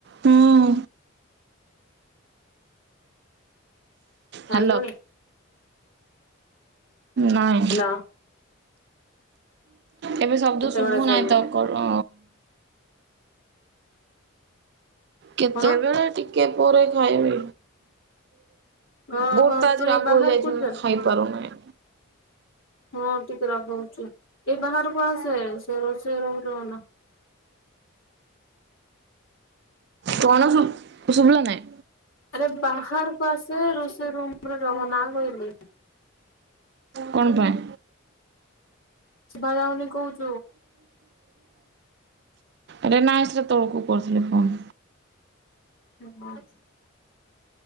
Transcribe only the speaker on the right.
ହୁଁ।
ହ୍ୟାଲୋ ନାଇଁ।
ଏବେ ଶବ୍ଦ
ଶୁଭୁ
ନାହିଁ ତ କର। କେତେବେଳେ
ଟିକେ ପରେ ଖାଇବି।
ବୋରତା ଆଜି
ରାଗ
ହେଇଯାଇଛି
ଖାଇପାରୁନାହିଁ।
କଣ ଶୁ ଶୁଭିଲା ନାହିଁ।
କଣ ପାଇଁ?
ଆରେ ନାଇଁ ସେ ତଳକୁ କରିଥିଲି ଫୋନ୍।